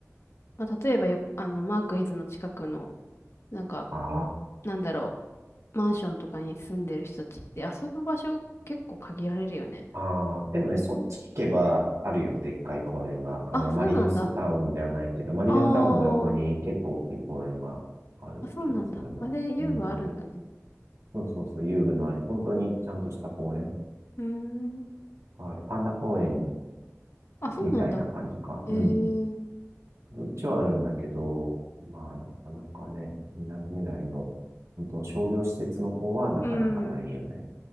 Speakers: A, on the left; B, on the right.
A: まあ例えばよ、あの、マークイズの近くの、なんか、
B: あ
A: なんだろう、マンションとかに住んでる人たちって遊ぶ場所結構限られるよね。
B: あ、ああ、でもね、そっち行けばあるよ、でっかい公園が。あの、
A: あ、そうなんだ。
B: マリノスタウンじゃないけど、マリノスタウンの横に結構大きい公園がある気がするな。
A: あー、あ、そうなんだ。あれ、遊具あるんだね。
B: うん。そうそうそう、遊具のある、本当にちゃんとした公園
A: うーん。
B: がある。パンダ公園
A: あ、そうなんだ。
B: みたいな感じか。
A: えー、
B: うん。どっちはあるんだけど、まあ、なかなかね、みなとみらいの、本当の商業施設の方はなかなかないよね。
A: うん。